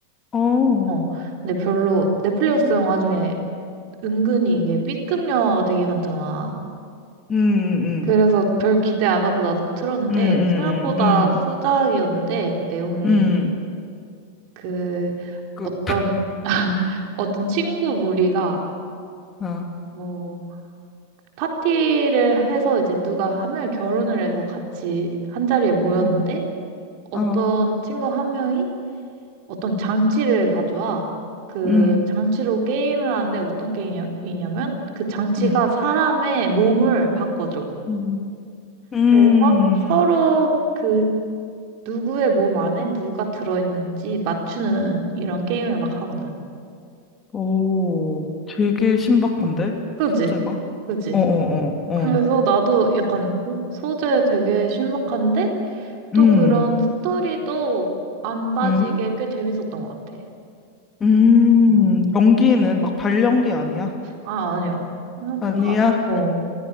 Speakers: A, on the left (about 20°); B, on the right (about 45°).
A: 어, 뭐?
B: 어. 근데 별로 넷플릭스
A: 음,
B: 영화 중에 은근히 이게 B급 영화가 되게 많잖아.
A: 음,
B: 그래서 별 기대 안 하고 나도 틀었는데
A: 음, 음,
B: 생각보다
A: 음,
B: 수작이었는데 그 내용이
A: 음, 음,
B: 그
A: 그,
B: 어떤
A: <laughs>
B: 어떤 친구 무리가
A: 아,
B: 뭐 파티를 해서 이제 누가 한 명이 결혼을 해서 같이 한 자리에 모였는데
A: 음,
B: 어떤
A: 아,
B: 친구 한 명이 어떤 장치를 가져와. 그
A: 음,
B: 장치로 게임을 하는데 어떤 게임이냐면 그 장치가
A: 음.
B: 사람의 몸을 바꿔줘.
A: 음. 음,
B: 그래서 서로 그 누구의 몸 안에 누가 들어있는지 맞추는 이런 게임을 막 하거든.
A: 오, 되게 신박한데?
B: 그지?
A: 소재가?
B: 그지?
A: 어어어, 어,
B: 그래서
A: 어, 어.
B: 나도 약간 어, 소재 되게 신박한데? 또
A: 음,
B: 그런 스토리도 안 빠지게
A: 음,
B: 꽤 재밌었던 것 같아.
A: 음,
B: 음.
A: 연기는 막 발연기 아니야?
B: 아, 아니야. 생각보다,
A: 아니야?
B: 어.